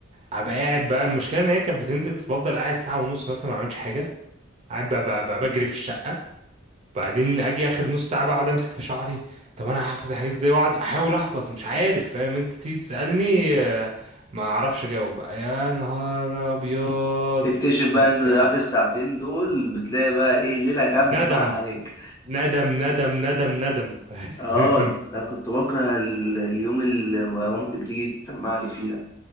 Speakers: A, on the right; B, on the left.
A: ابقى قاعد بقى المشكله ان هي كانت بتنزل كنت بفضل قاعد ساعه ونص مثلا ما بعملش حاجه قاعد بقى, بقى, بقى بجري في الشقه بعدين اجي اخر نص ساعه بقى اقعد امسك في شعري طب انا هحفظ الحاجات ازاي واقعد احاول احفظ مش عارف فاهم انت تيجي تسالني آه، ما اعرفش اجاوب بقى يا نهار ابيض
B: تكتشف
A: كنت
B: بقى انت ضيعت
A: ع-
B: الساعتين دول بتلاقي بقى ايه ليلة غم
A: ندم
B: بقى عليك
A: ندم ندم ندم ندم <laughs> فاهم؟
B: اه ده انا كنت بكره ال- اليوم اللي مامتي بتيجي تسمع لي فيه ده